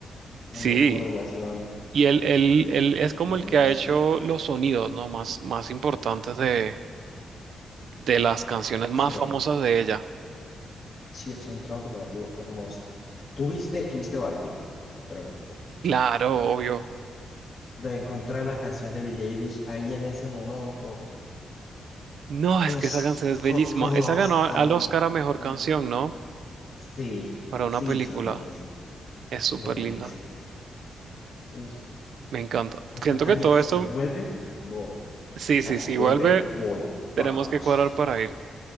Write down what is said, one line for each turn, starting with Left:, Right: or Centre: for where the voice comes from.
Left: como,
Right: Sí,
Left: como relación,
Right: y él, él, él es
Left: hermanos.
Right: como el que ha hecho los sonidos, ¿no? Más, más importantes de, de las canciones más
Left: Sí,
Right: famosas de ella.
Left: sí, es un trabajo colaborativo hermoso. ¿Tú viste ¿Tuviste, viste Barbie? Te pregunto.
Right: Claro, obvio.
Left: De encontrar la canción de Billie Eilish ahí en ese momento.
Right: No,
Left: Es,
Right: es que esa canción
Left: fue,
Right: es bellísima.
Left: fue devastador,
Right: Esa ganó a- al Oscar a mejor
Left: devastador.
Right: canción, ¿no?
Left: Sí,
Right: Para una
Left: sí,
Right: película.
Left: se lo merece,
Right: Es
Left: se
Right: súper
Left: lo merece.
Right: linda.
Left: Uf,
Right: Me encanta.
Left: me encantaría.
Right: Siento que todo
Left: Si
Right: esto,
Left: vuelve, voy. O
Right: sí,
Left: sea,
Right: sí,
Left: si
Right: sí,
Left: vuelve,
Right: vuelve,
Left: voy, vamos.
Right: tenemos que cuadrar para ir.